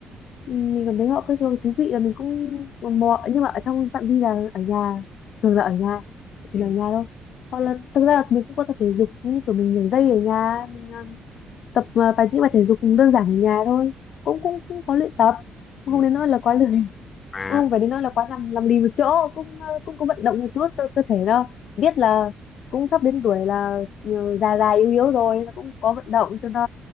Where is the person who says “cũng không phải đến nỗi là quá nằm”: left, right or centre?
Left